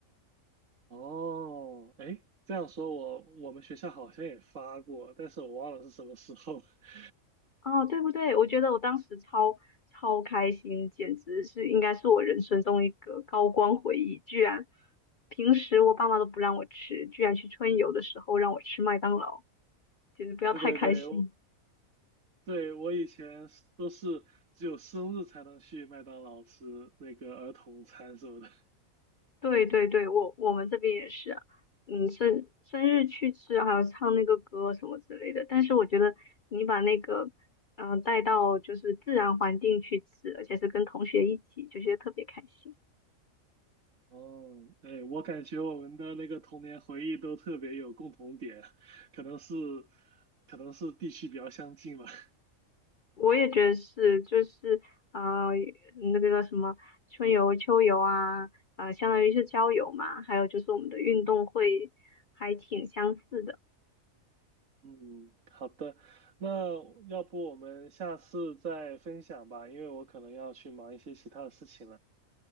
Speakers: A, on the right; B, on the left.
A: 哦，哎，这样说我我们学校好像也发过，但是我忘了是什么时候。<laughs>
B: 哦，对不对？我觉得我当时超超开心，简直是应该是我人生中一个高光回忆。居然平时我爸妈都不让我吃，居然去春游的时候让我吃麦当劳，简直不要太开心。
A: 对对对，我对我以前是都是只有生日才能去麦当劳吃那个儿童餐什么的。
B: 对对对，我我们这边也是啊嗯，生生日去吃，还有唱那个歌什么之类的。但是我觉得你把那个嗯、呃带到就是自然环境去吃，而且是跟同学一起，就觉得特别开心。
A: 哦，哎，我感觉我们的那个童年回忆都特别有共同点，可能是，可能是地区比较相近吧。<laughs>
B: 我也觉得是，就是呃，那个叫什么春游、秋游啊，呃，相当于是郊游嘛，还有就是我们的运动会还挺相似的。
A: 嗯，好的，那要不我们下次再分享吧，因为我可能要去忙一些其他的事情了。